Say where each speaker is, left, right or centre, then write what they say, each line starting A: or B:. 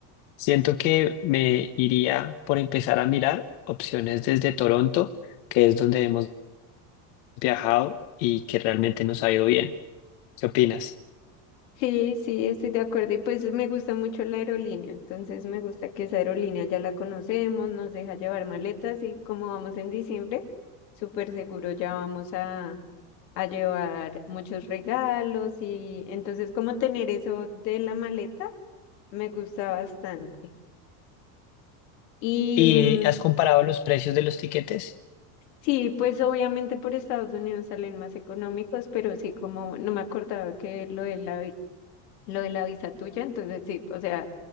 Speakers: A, on the left (about 55°); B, on the left (about 85°).
A: Siento que me iría por empezar a mirar opciones desde Toronto, que es donde hemos viajado y que realmente nos ha ido bien. ¿Qué opinas?
B: Sí, sí, estoy de acuerdo. Y pues me gusta mucho la aerolínea. Entonces, me gusta que esa aerolínea ya la conocemos, nos deja llevar maletas y como vamos en diciembre, súper seguro ya vamos a, a llevar muchos regalos. Y entonces, como tener eso de la maleta me gusta bastante. Y
A: ¿Y
B: mm,
A: has comparado los precios de los tiquetes?
B: sí, pues obviamente por Estados Unidos salen más económicos, pero sí, como no me acordaba que lo de la, vi- lo de la visa tuya, entonces sí, o sea,